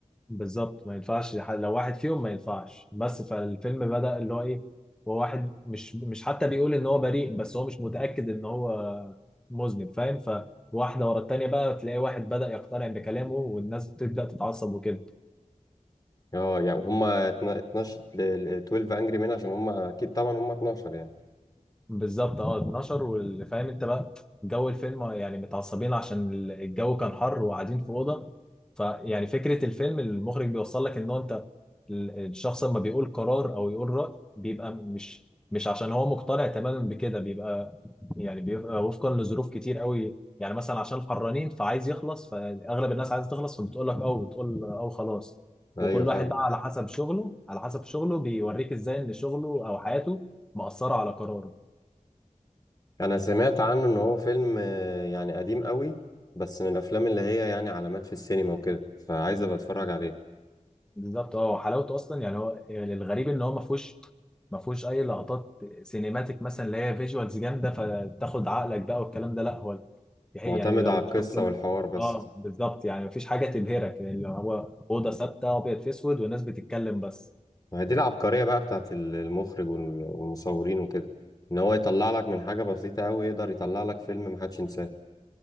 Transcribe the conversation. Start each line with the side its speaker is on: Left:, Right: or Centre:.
Centre: بالظبط ما ينفعش ح- لو واحد فيهم ما ينفعش بس فالفيلم بدأ اللي هو ايه هو واحد مش مش حتى بيقول ان هو بريء بس هو مش متأكد ان هو مذنب فاهم فواحدة ورا التانية بقى تلاقي واحد بدأ يقتنع بكلامه والناس بتبدأ تتعصب وكده
Left: اه يعني وهم 12 ل- ل- 12 انجري مان عشان هم اكيد طبعا هم 12 يعني
Centre: بالظبط اه 12 واللي فاهم انت بقى جو الفيلم يعني متعصبين عشان الجو كان حر وقاعدين في اوضه فيعني فكره الفيلم المخرج بيوصل لك ان هو انت ال- الشخص لما بيقول قرار او يقول راي بيبقى مش مش عشان هو مقتنع تماما بكده بيبقى يعني بيبقى وفقا لظروف كتير قوي يعني مثلا عشان حرانين فعايز يخلص فاغلب الناس عايزه تخلص فبتقول لك او بتقول او خلاص
Left: ايوه
Centre: وكل
Left: فاهم
Centre: واحد بقى على حسب شغله على حسب شغله بيوريك ازاي ان شغله او حياته مأثره على قراره
Left: انا سمعت عنه ان هو فيلم آه، يعني قديم قوي بس من الافلام اللي هي يعني علامات في السينما وكده فعايز ابقى اتفرج عليه
Centre: بالظبط اه حلاوته اصلا يعني هو الغريب ان هو ما فيهوش ما فيهوش اي لقطات سينيماتيك مثلا اللي هي فيجوالز جامده فتاخد عقلك بقى والكلام ده لا هو هي
Left: معتمد
Centre: يعني لو
Left: على القصة
Centre: شفته من
Left: والحوار بس
Centre: اه بالظبط يعني ما فيش حاجه تبهرك يعني اللي هو اوضه ثابته ابيض في اسود والناس بتتكلم بس
Left: ما هي دي العبقرية بقى بتاعت ال- المخرج وال- والمصورين وكده ان هو يطلع لك من حاجة بسيطة قوي يقدر يطلع لك فيلم محدش ينساه